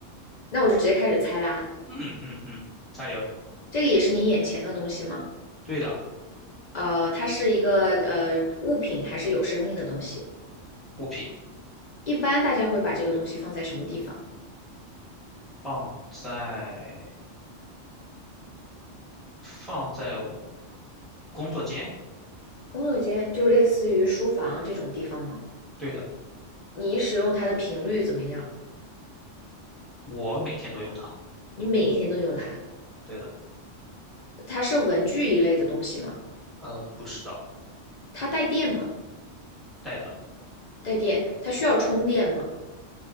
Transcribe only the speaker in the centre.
嗯嗯嗯，加油。
对的，
物品
放在放在工作间。
对的，
我每天都用它。
对的，
呃，不是的，
带的，